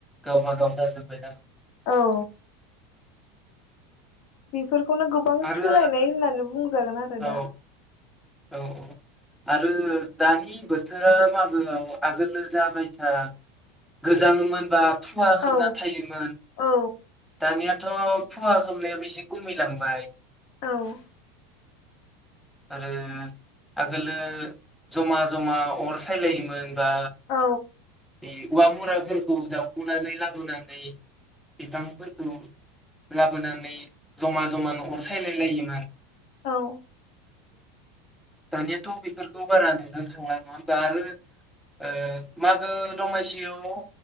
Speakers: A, in the centre; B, on the left.
A: गावबा गाव जाजोब्बाय ना
B: औ बि बेफोरखौनो गोबां
A: आरो
B: सोलायनाय होननानै बुंजागोन आरो
A: औ
B: दा
A: औ औ आरो दानि बोथोरा मागोआव आगोलो जा बायसा गोजाङोमोनबा खुवा खोबना
B: औ
A: थायोमोन
B: औ
A: दानिया दाथ' खुवा खोबनायाबो एसे खमायलांबाय
B: औ
A: आरो आगोलो जमा जमा अर सायलायोमोन दा
B: औ
A: बे औवा मुराफोरखौ जावखुनानै लाबोनानै बिफांफोरखौ लाबोनानै जमा जमा अर सायलाय लायोमोन
B: औ
A: दानियाथ' बेफोरखौ बारा नुनो थांला नङा होमबा आरो ओ मागो दमासियाव